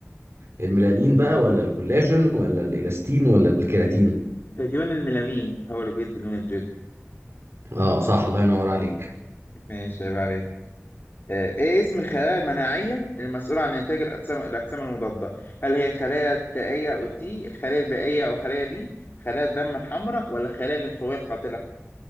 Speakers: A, on the right; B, on the left.
A: الميلانين بقى ولا الكولاجين ولا الالاستين ولا الكيراتين
B: تقريبا الميلامين هو اللي بيدي لون الجلد
A: اه صح الله ينور عليك
B: ماشي عيب عليك آه، إيه اسم الخلايا المناعية المسؤولة عن إنتاج الأجسام الأجسام المضادة؟ هل هي خلايا التائية أو التي، الخلايا البائية أو خلايا بي، خلايا الدم الحمراء ولا خلايا الليمفاوية القاتلة؟